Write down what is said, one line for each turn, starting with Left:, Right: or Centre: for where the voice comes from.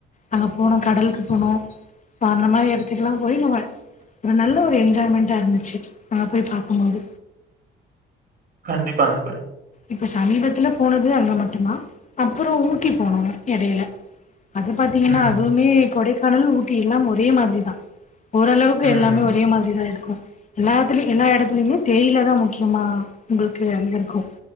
Left: அங்க போனோ கடலுக்கு போனு சோ அந்த மாரி எடத்து த்துக்கெல்லா போய் நம்ம ஒரு நல்ல ஒரு என்ஜாய்மெண்டா இருந்துச்சி நாங்க போய் பாக்குபோது
Right: கண்டிப்பா அந்த மாரி
Left: இப்ப சமீபத்துல போனது அங்க மட்டுதா அப்பறோ ஊட்டி போணோ எடேல அது பாத்தீங்கன்னா
Right: ம்
Left: அதுவுமே கொடைக்கானல் ஊட்டி எல்லாம் ஒரே மாதிரிதா ஓரளவுக்கு
Right: ம்
Left: எல்லாமே ஒரே மாதிரிதா இருக்கு எல்லாத்துலயு எல்லா எடத்துலயுமே தேயிலதா முக்கியமா உங்களுக்கு அங்க இருக்கு